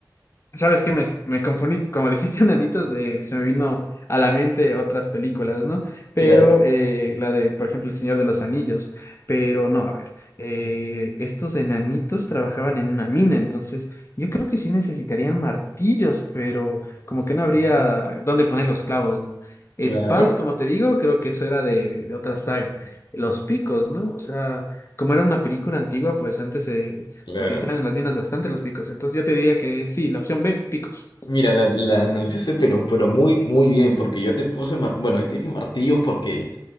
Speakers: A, on the left; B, on the left.
A: ¿Sabes qué? Me, me confundí, como dijiste, <laughs> enanitos, eh, se me vino a la mente otras películas, ¿no? Pero
B: Claro,
A: eh, la de, por ejemplo, El Señor de los Anillos, pero no, a ver, eh, estos enanitos trabajaban en una mina, entonces yo creo que sí necesitarían martillos, pero como que no habría
B: Ujú.
A: dónde poner los clavos, ¿no? Espadas,
B: claro.
A: como te digo, creo que eso era de, de otra saga. Los picos, ¿no? O sea, como era una película antigua, pues antes se
B: Claro.
A: se utilizaban en las minas bastante los picos. Entonces yo te diría que sí, la opción B, picos.
B: Mira, la, la analizaste, pero, pero muy, muy bien, porque yo te puse, mar- bueno, te dije martillos porque